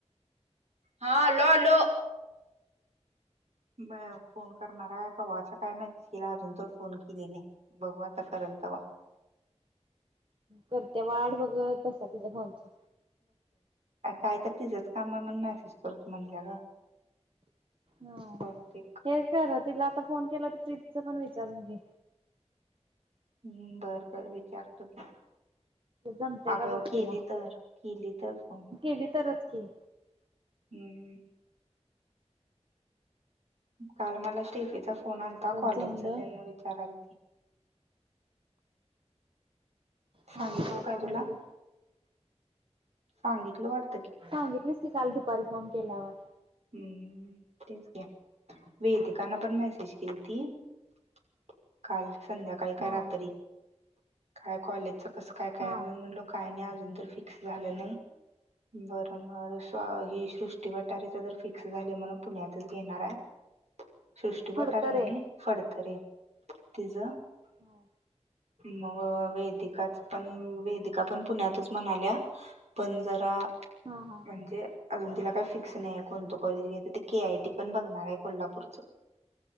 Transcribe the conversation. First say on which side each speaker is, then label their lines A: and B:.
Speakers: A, on the right; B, on the right.
A: हा आलो आलो. म फोन करणारा कवा्हाचा काय मेसेज केला अजून तर फोन केले नाही बघू आता करत तवा
B: करते वाढ वगत बसा तिच्या फोनची
A: अ काय तर तिझंच काम आहे म्हण मेसेज करतो म्हणल्या ग
B: ह
A: बहुतेक.
B: हे करत तिला आता फोन केला तर ट्रीप च पण विचारून घे
A: हम्म बर बर विचारतो की.
B: जमतेय
A: अगं
B: का बघ
A: केली
B: तिला
A: तर केली तर फोन
B: गेली तरच की
A: हम्म काल मला स्टेफीचा फोन आलाता
B: बघ
A: कॉलेजचा
B: जमलं
A: त्यां विचारलती
B: हा
A: सांगितलो
B: काय काय
A: तुला
B: म्हणली
A: सांगितलं वाट
B: सांगितलेस की काल दुपारी फोन केल्यावर
A: हम्म तेच वेदिकांन पण मेसेज केली त काल संध्याकाळी काय
B: हा
A: रात्री काय कॉलेजच कस काय काय
B: हा
A: मी म्हणलो काय नाही फिक्स झाल नाही बर मगं सृष्टी वाटारे चा फिक्स झाले म्हणून पुण्यातच घेणार आहे सृष्टी वाटार
B: फडतरे
A: आहे नाही फडतरे तिझ
B: हो
A: मग वेदिकाच पण वेदिका पण पुण्यातच म्हणाल्या पण जरा
B: हा
A: म्हणजे अजून तिला काही फिक्स नाही कोणत कॉलेज घेत तर के आयटी पण बघणार आहे कोल्हापूरच.